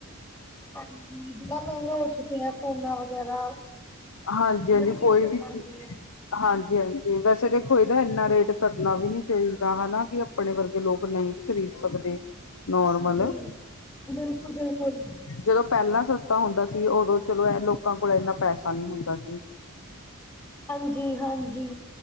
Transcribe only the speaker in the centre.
ਹਾਂਜੀ, ਬੜਾ ਮਹਿੰਗਾ ਹੋ ਚੁੱਕਿਆ ਸੋਨਾ ਵਗੈਰਾ
ਬੜੀ ਦਿੱਕਤ
ਆਉਂਦੀ
ਹੈ
ਹਾਂਜੀ ਬਿਲਕੁਲ ਬਿਲਕੁਲ
ਹਾਂਜੀ ਹਾਂਜੀ।